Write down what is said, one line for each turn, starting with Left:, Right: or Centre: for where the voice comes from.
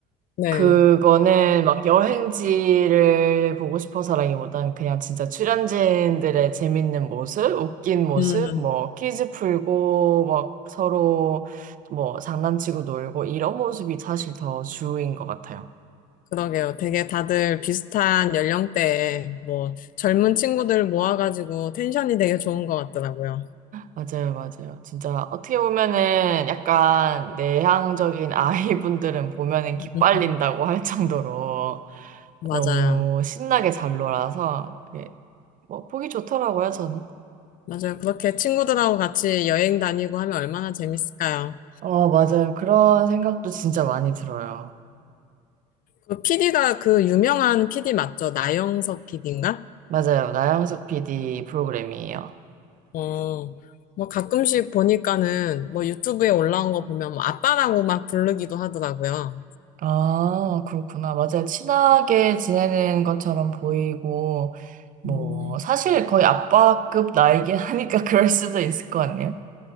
Left: 네.
Right: 그거는 막 여행지를 보고 싶어서라기보단 그냥 진짜 출연진들의 재밌는 모습, 웃긴 모습,
Left: 음,
Right: 뭐 퀴즈 풀고 막 서로 뭐 장난치고 놀고 이런 모습이 사실 더 주인 것 같아요.
Left: 그러게요. 되게 다들 비슷한 연령대에 뭐 젊은 친구들 모아가지고 텐션이 되게 좋은 것 같더라고요.
Right: 맞아요, 맞아요. 진짜 어떻게 보면은 약간 내향적인 <laughs> 아이분들은 보면은
Left: <laughs>
Right: 기빨린다고
Left: 음,
Right: 할 정도로
Left: 맞아요.
Right: 너무 신나게 잘 놀아서 그게 뭐 보기 좋더라고요, 저는.
Left: 맞아요. 그렇게 친구들하고 같이 여행 다니고 하면 얼마나 재밌을까요?
Right: 어, 맞아요. 그런 생각도 진짜 많이 들어요.
Left: 그 PD가 그 유명한 PD 맞죠? 나영석 PD인가?
Right: 맞아요. 나영석 PD 프로그램이에요.
Left: 어, 뭐 가끔씩 보니까는 뭐 유튜브에 올라온 거 보면 뭐 아빠라고 막 부르기도 하더라고요.
Right: 아, 그렇구나. 맞아요. 친하게 지내는 것처럼 보이고, 뭐,
Left: 음,
Right: 사실 거의 아빠급 나이긴 하니까 <laughs> 그럴 수도 있을 것 같네요.